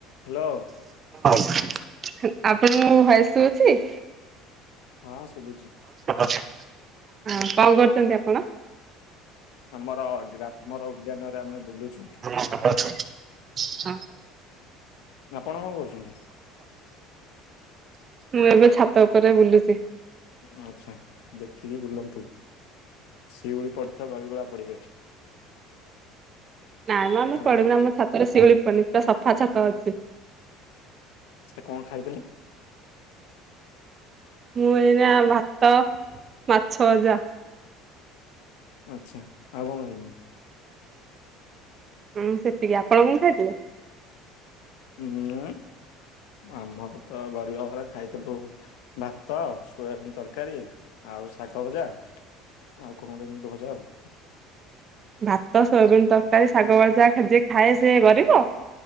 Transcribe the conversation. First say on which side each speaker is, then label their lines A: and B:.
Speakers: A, on the left; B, on the right.
A: Hello.
B: ହ ଆପଣଙ୍କ ଭୟସ ସୁବୁଛି?
A: ହଁ ଶୁଭୁଛି।
B: ସୁବୁଛି ଆଉ କଣ କରୁଛନ୍ତି ଆପଣ?
A: ଆମର ଗ୍ରାମର ଉଦ୍ୟାନରେ ଆମେ ବୁଲୁଛୁ।
B: <unintelligible> ତମେ କଣ କରୁଛ
A: ଆପଣ କଣ କରୁଛନ୍ତି?
B: ମୁଁ ଏବେ ଛାତ ଉପରେ ବୁଲୁଚି।
A: ଆଚ୍ଛା ଦେଖିକି ବୁଲନ୍ତୁ ସିଉଳି ପଡିଥା ଗଳିଗୋଳା ପଡିବେ।
B: ନାଇଁ ମ
A: ହ୍ୟାଲୋ।
B: ଆମେ ପଡିବୁନି ଆମ ଛାତରେ ଶିଉଳି ପଡନି ପୁରା ସଫା ଛାତ ଅଛି।
A: ସେ କଣ ଖାଇଥିଲେ?
B: ମୁଁ ଏଇନା ଭାତ ମାଛ ଭଜା।
A: ଆଛା ଆଉ କଣ ଖାଇଛନ୍ତି?
B: ହଁ ସେତିକି ଆପଣ କଣ ଖାଇଥିଲେ?
A: ହୁଁ ଆମର ତ ଗରିବ ଘର ଖାଇଥିଲୁ ଭାତ ସୋୟାବିନ ତରକାରୀ ଆଉ ଶାଗ ଭଜା। ଆଉ <inaudible> ଭଜା ଆଉ।
B: ଭାତ ସୋୟବିନ୍ ତରକାରୀ ଶାଗ ଭଜା ଖାଏ ସିଏ କରିବ